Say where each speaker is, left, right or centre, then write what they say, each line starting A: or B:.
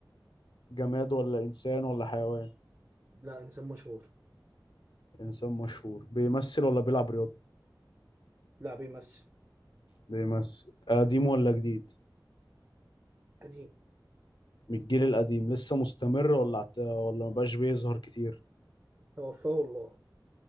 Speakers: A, on the left (about 80°); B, on the right (about 30°).
A: جماد ولا إنسان ولا حيوان
B: لا انسان مشهور
A: إنسان مشهور بيمثل ولا بيلعب رياضة
B: لا بيمثل
A: بيمثل قديم ولا جديد
B: قديم
A: من الجيل القديم لسه مستمر ولا عت... ولا مبقاش بيظهر كتير
B: توفاه الله